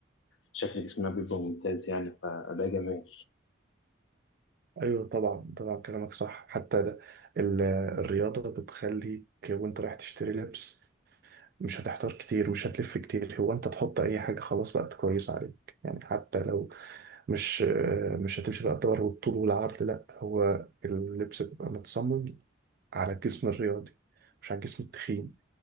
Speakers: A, on the left; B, on the right.
A: شكل جسمها بيبقى ممتاز يعني فده جمال
B: ايوه طبعا طبعا كلامك صح حتى ال- ال- الرياضه بتخليك وانت رايح تشتري لبس مش هتحتار كتير مش هتلف كتير هو انت تحط اي حاجه خلاص بقت كويسه عليك يعني حتى لو مش آه، مش هتمشي بقى الدور والطول والعرض لا هو اللبس بيبقى متصمم على الجسم الرياضي مش على الجسم التخين